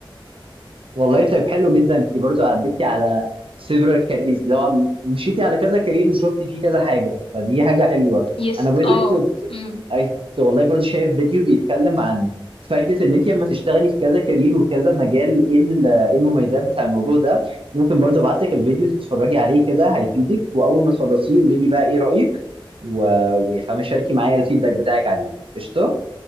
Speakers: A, on the right; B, on the left.
A: والله طيب حلو جدا انت برضو عديتي على several careers اللي هو م- مشيتي على كذا كارير وشفتي فيه كذا حاجه فدي حاجه حلوه
B: يس
A: انا باي ذا
B: اه
A: كنت
B: امم
A: كنت والله برضو شايف فيديو بيتكلم عن فائده ان انت لما تشتغلي في كذا كارير وكذا مجال ايه ال- ايه المميزات بتاع الموضوع ده ممكن برضو ابعت لك الفيديو تتفرجي عليه كده هيفيدك واول ما تخلصيه قولي لي بقى ايه رايك و... وفاهمه شاركي معايا الفيدباك بتاعك عليه قشطه